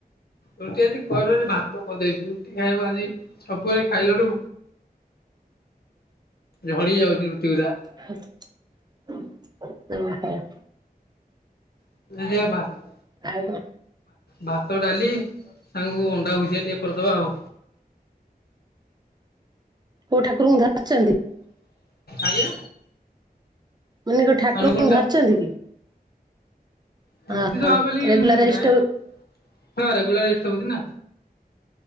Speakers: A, on the left (about 80°); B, on the right (about 25°).
A: ରୁଟି ଆଜି କହିଲୁ ଆଜି ଭାତ କରିଦେଇଛି ରୁଟି ଖାଇବାକୁ ଆଜି ସବୁବେଳେ ଖାଇଲାଠୁ ଝଡି ଯାଉଛି ରୁଟି ଗୁଡା।
B: <inaudible>
A: <unintelligible>
B: ଆଇ ମା।
A: ଭାତ ଡାଲି ସାଙ୍ଗକୁ ଅଣ୍ଡା ଭୁଜିଆ ଟିକେ କରିଦବା ଆଉ।
B: କୋଉ ଠାକୁରଙ୍କୁ ଧରିଛନ୍ତି?
A: ଆଜ୍ଞା।
B: ମାନେ କଣ ଠାକୁରଙ୍କୁ
A: ଅନୁକୂଳ ଚ
B: ଧରିଛନ୍ତି କି?
A: <unintelligible>
B: ହଁ ରେଗୁଲାର ଇଷ୍ଟ
A: ରେଗୁଲାର <unintelligible> ନା।